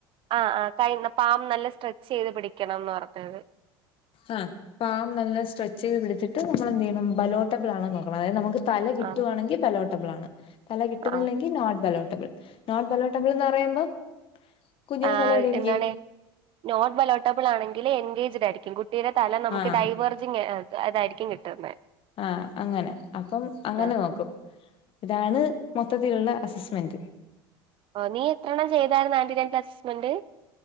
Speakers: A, on the right; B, on the left.
A: ആഹ് ആഹ് കൈയ്ന്നാ പാം നല്ല സ്ട്രെച്ചെയ്ത് പിടിക്കണന്ന് പറഞ്ഞേത്
B: ആഹ് പാം നല്ല സ്ട്രെച്ചെയ്ത് പിടിച്ചിട്ട് നമ്മള് എന്തെയ്യണം ബലോട്ടബിൾ ആണോന്ന് നോക്കണം അതായത് നമ്മക്ക് തല കിട്ടുവാണെങ്കി
A: ആഹ്
B: ബെലോട്ടബിളാണ് തല കിട്ടുന്നില്ലെങ്കി
A: ആഹ്
B: നോട്ട് ബെലോട്ടബിൾ നോട്ട് ബെലോട്ടബിൾന്നർയുമ്പം കുഞ്ഞിന്റെ
A: ആഹ്
B: തല എവിടെയിരിക്കും
A: എന്താണ് നോട്ട് ബെലോട്ടബിളാണെങ്കി എൻഗേജ്ഡായിരിക്കും കുട്ടിയുടെ തല നമ്മക്ക്
B: ആഹ്
A: ഡൈവേർജിങെ ഏഹ് തായതായിരിക്ക്യും കിട്ടുന്നെ
B: ആഹ് അങ്ങനെ അപ്പം അങ്ങനെ
A: ആഹ്
B: നോക്കും ഇതാണ് മൊത്തത്തിലുള്ള അസിസ്മെന്റ്
A: ഓഹ് നീ എത്രണം ചെയ്തായിരുന്നു ആന്റി ടെൻ പ്ലാസ്സ്മെന്റ്